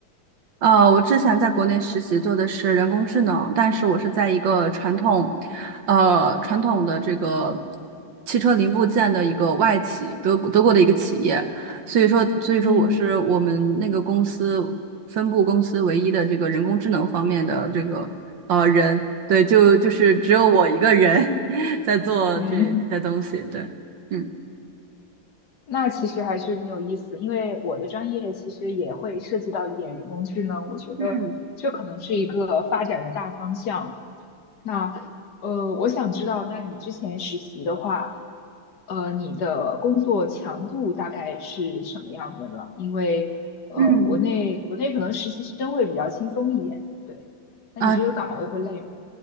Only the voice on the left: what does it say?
嗯
嗯。
嗯
那其实还是挺有意思，因为我的专业其实也会涉及到一点人工智能，我觉得这可能是一个发展的大方向。
那呃，我想知道，那你之前实习的话，呃，你的工作强度大概是什么样的呢？因为呃，
国内国内可能实习生会比较轻松一点，对。那你这个岗位会累吗？